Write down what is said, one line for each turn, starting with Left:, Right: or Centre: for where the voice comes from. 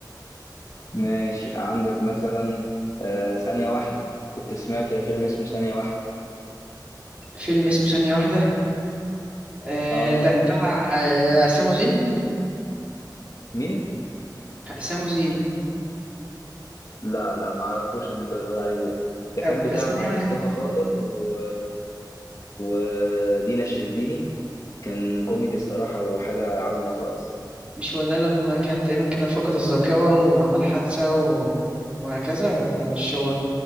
Left: ماشي عندك مثلا آه ثانية واحدة كنت سمعت فيلم اسمه ثانية واحدة
Right: فيلم اسمه ثانية واحدة آه
Left: اه
Right: ده بتاع آه سامو زين
Left: مين؟
Right: سامو زين
Left: لا لا ما اعرفوش اللي انت بتقول عليه ده ده كان
Right: طب
Left: بتاع
Right: ثانية واحدة
Left: مصطفى خاطر و... ودينا الشربيني كان كوميدي الصراحة وحاجة عظمة خالص
Right: مش هو ده لما كان تقريبا كده فقد الذاكرة وعمل حادثة و... وهكذا ولا مش هو